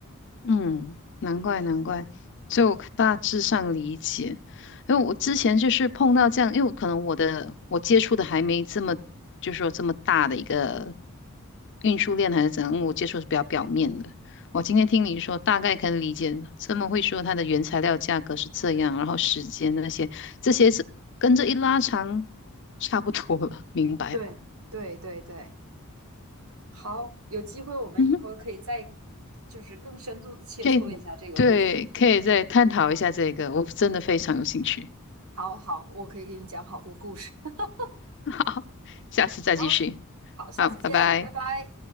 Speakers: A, on the left; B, on the right.
A: 嗯，难怪难怪，
B: 嗯，
A: 就大致上理解。因为我之前就是碰到这样，因为可能我的我接触的还没这么，就是说这么大的一个运输链还是怎样，我接触是比较表面的。我今天听你说，大概可以理解了。这么会说它的原材料价格是这样，然后时间那些这些是跟着一拉长，差不多了，明白了。
B: 对，对，对，对。好，有机会我们以后可以再
A: 嗯哼，
B: 就是更深度的切磋一下这个部分。
A: 可以，对，
B: <laughs>
A: 可以再探讨一下这个，我真的非常有兴趣。
B: 好好，我可以给你讲好多故事。<laughs>
A: 好，下次再继续。
B: 好，好，下次见，
A: 好，拜拜。
B: 拜拜。